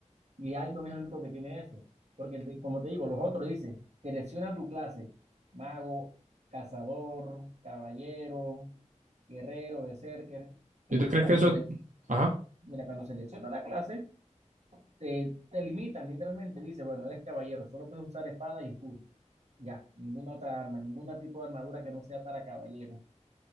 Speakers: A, on the right (about 60°); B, on the right (about 85°).
A: y Albion es el único que tiene eso. Porque, el de- como te digo, los otros dicen, selecciona tu clase, mago, cazador, caballero, guerrero, berserker. Entonces,
B: ¿Y tú crees
A: cuando
B: que eso...
A: se le,
B: Ajá.
A: mira, cuando selecciona la clase, te, te limitan literalmente, dice, bueno, eres caballero, solo puedes usar espada y escudo, ya, ninguna otra arma, ningún tipo de armadura que no sea para caballero.